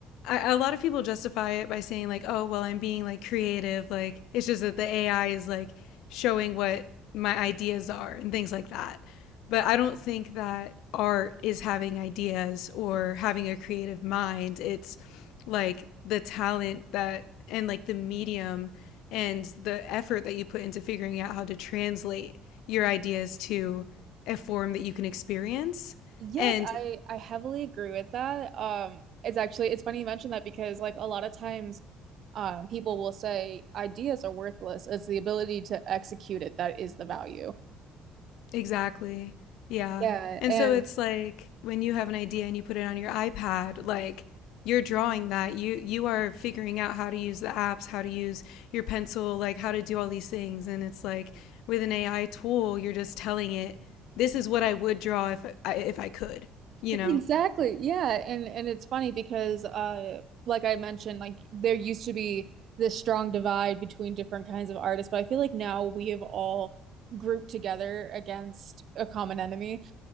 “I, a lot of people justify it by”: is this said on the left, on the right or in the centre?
Left